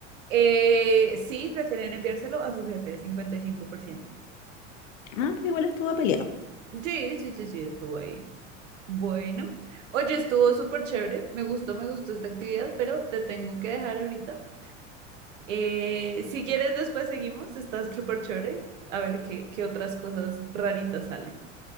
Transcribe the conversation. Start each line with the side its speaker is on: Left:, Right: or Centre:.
Right: eh, sí, prefieren enviárselo a su jefe, cincuenta y cinco por ciento
Left: Ah, pero igual estuvo peleado.
Right: Sí, sí, sí, sí, estuvo ahí. Bueno, oye, estuvo súper chévere, me gustó, me gustó esta actividad, pero te tengo que dejar ahorita. Eh, si quieres, después seguimos, estás súper chévere, a ver qué, qué otras cosas raritas salen.